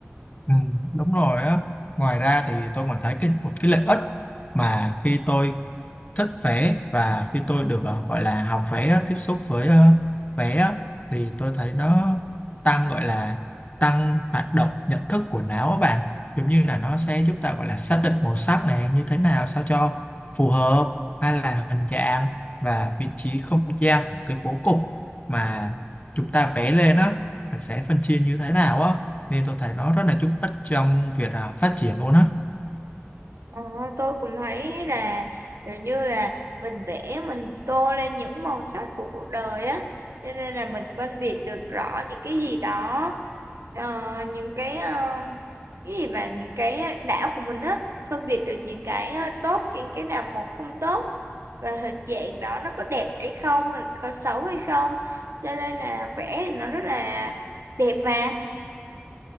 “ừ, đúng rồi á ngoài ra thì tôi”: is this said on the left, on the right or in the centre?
Left